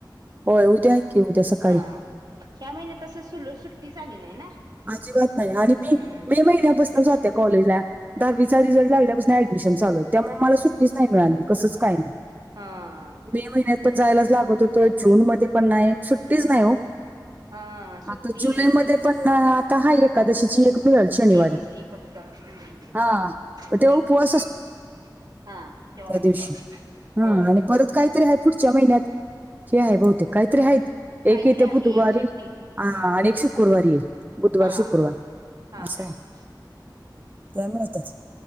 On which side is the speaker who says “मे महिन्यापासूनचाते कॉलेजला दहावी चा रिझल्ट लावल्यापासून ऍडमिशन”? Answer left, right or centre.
Right